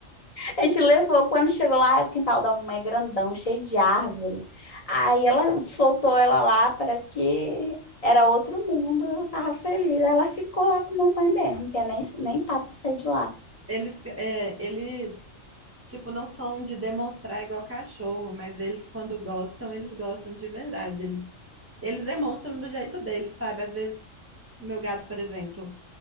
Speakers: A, on the left; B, on the right.
A: A gente levou, quando chegou lá, o quintal da mamãe é grandão, cheio de árvore. Aí ela soltou ela lá, parece que era outro mundo, eu tava feliz. Aí Ela ficou lá com a mamãe mesmo, que é nem, nem papo de sair de lá.
B: Eles, é, eles, tipo, não são de demonstrar igual cachorro, mas eles, quando gostam, eles gostam de verdade. Eles, eles demonstram do jeito deles, sabe? Às vezes Meu gato, por exemplo,